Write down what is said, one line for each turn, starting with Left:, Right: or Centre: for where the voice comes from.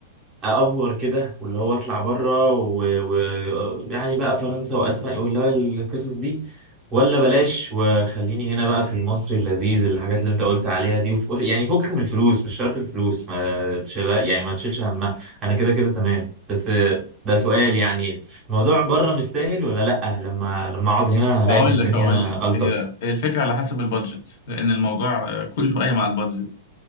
Right: آه، افور كده واللي هو اطلع بره و... و... يعني بقى فرنسا واسبانيا واللي هو القصص دي ولا بلاش وخليني هنا بقى في المصري اللذيذ الحاجات اللي انت قلت عليها دي وف... يعني فكك من الفلوس مش شرط الفلوس ما تشيل يعني ما تشيلش همها انا كده كده تمام بس آه، ده سؤال يعني الموضوع بره مستاهل ولا لا لما لما اقعد هنا هلاقي
Left: اقول
Right: ان الدنيا
Left: لك اقول لك
Right: الطف
Left: هي هي الفكرة على حسب البادجت لان الموضوع آه، كله قايم على البادجت